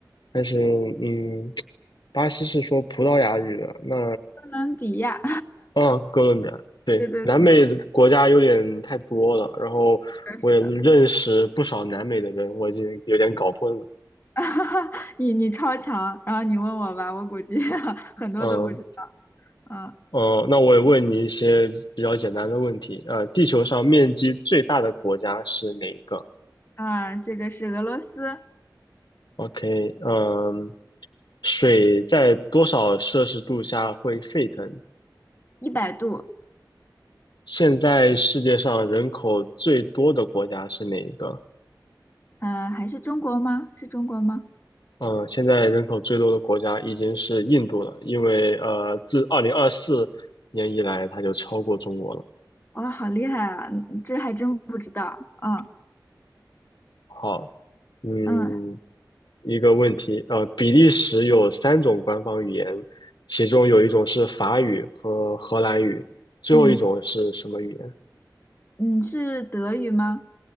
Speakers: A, on the left; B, on the left.
A: 但是，嗯，巴西是说葡萄牙语的，那
B: 哥伦比亚，
A: 啊，哥伦比亚，
B: <laughs>
A: 对，
B: 对对，
A: 南美的国家有点太多了，
B: 是
A: 然后我也认识不少南美的人，
B: 的，是的
A: 我已经有点搞混了。
B: <laughs> 你你超强，然后你问我吧，我估计 <laughs> 很多都不知道，
A: 嗯，
B: 嗯
A: 哦，那我也问你一些比较简单的问题。呃，地球上面积最大的国家是哪一个
B: 啊，这个是俄罗斯。
A: ？OK，嗯，水在多少摄氏度下会沸腾？
B: 一百度，
A: 现在世界上人口最多的国家是哪一个？
B: 呃，还是中国吗？是中国吗？
A: 嗯，现在人口最多的国家已经是印度了，因为呃，自二零二四年以来，它就超过中国了。
B: 哇、好厉害啊！嗯这还真不知道。啊，
A: 好，嗯，
B: 嗯
A: 一个问题，呃，比利时有三种官方语言，其中有一种是法语和荷兰语，最后一种是什么语言？
B: 嗯嗯，是德语吗？